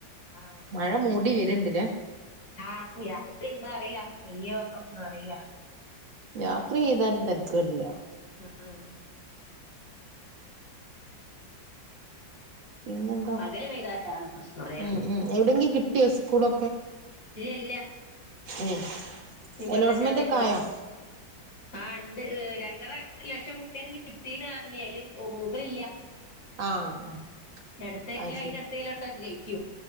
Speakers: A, on the left; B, on the right.
A: ആഹ് ആഹ്
B: മഴ മൂടി വേര്ണ്ട്ലേ
A: ആഹ് <unintelligible> അറീല്ല പെയ്യുവോ ഒന്നും അറിയാ
B: രാത്രി പെയ്താലും തരക്കേടില്ല
A: ആഹ്
B: പിന്നെന്താ
A: പകല് പെയ്താലാണ് പ്രശ്നം ല്ലേ
B: മ്മ് മ്മ് എവിടെങ്കിലും കി ട്ടിയോ സ്‌കൂളൊ
A: ഇല്ല ഇല്ല
B: ഉം
A: ഇനി
B: അലോട്ട്മെന്റ്
A: പതിനഞ്ചാം തീയതി ഒക്കെ ഇണ്ട്
B: ആയോ
A: ആഹ് രണ്ടര ലക്ഷം കുട്ടികൾക്ക് കിട്ടീന്ന് പറഞ്ഞ് അയില് മൂപ്പരില്ല
B: ആഹ് ആഹ്
A: ഇനി അടുത്തേലോ
B: അയ്
A: അയിന്റെ
B: ശരി
A: അടുത്തേലോട്ടോക്കി കയി ക്കും